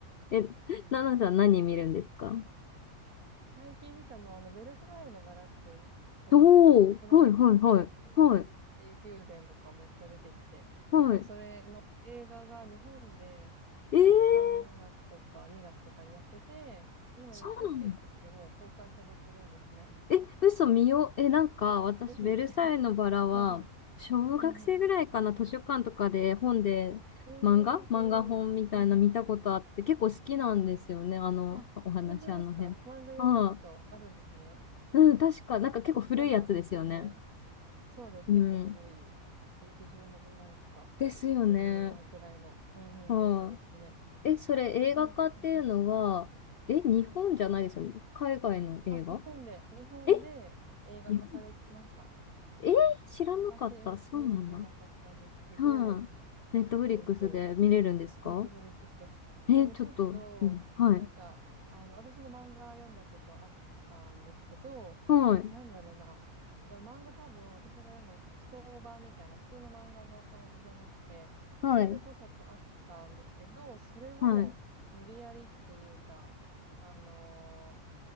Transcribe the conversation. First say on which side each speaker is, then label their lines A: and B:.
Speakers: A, on the left; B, on the right.
A: え、ナナさん何見るんですか
B: 最近見たのは、あの、ベルサイユのバラってご存知ですかフランスの、
A: おおー、はいはいはい、はい、
B: ね、ベルサイユ宮殿とかめっちゃ出てきて、
A: はい。
B: 今それの映画が日本で、
A: えー、
B: あの、3月とか2月とかにやってて、で、今、
A: そうなんだ。
B: ネットフリックスでもう公開されてるんですね。
A: え、嘘見よう。え、なんか、私、
B: ぜひ。
A: ベルサイユのバラは、
B: <laughs> うんうん。
A: 小学生ぐらいかな、
B: うんうん。
A: 図書館とかで本で、
B: うんうん。えー、
A: 漫画漫画本みたいな見たことあって、
B: おー。うんうんうん。
A: 結構好きなんですよね、
B: うんうんうん。
A: あの、
B: あ、
A: お話、
B: そう本当ですか漫画読んだことあるんですね。
A: あの辺。ああ、うん、確か、なんか結構古いやつですよね。
B: そしたらおすすめ。そうです。
A: うん。
B: 結構古い、60年前とか
A: ですよね。
B: 50年前くらいの、うんうん、
A: ああ。
B: やつですね。
A: え、それ映画化っていうのは、
B: なん、うんうん、
A: え、日本じゃないですよね。
B: うんうん。
A: 海外の映画
B: あ、日本で、日本で映画化されてました。
A: え、日本えー知らなかった。
B: 私、ちょっと見に行けなかったんですけど、
A: そうなんだ。はい。ネットフリックスで見れるんですか
B: そうそうそう。ネットフリックスで。
A: え、
B: でもちょっと、
A: ちょっと、うん、はい。
B: なんか、あの、私も漫画読んだことあったんですけど、
A: はい。
B: なんだろうな。漫画多分私が読んだの特装版みたいな普通の漫画の感じじゃなくて、
A: はい。
B: それで5冊あったんですけど、それを無理やりっていうか、
A: はい。
B: あのー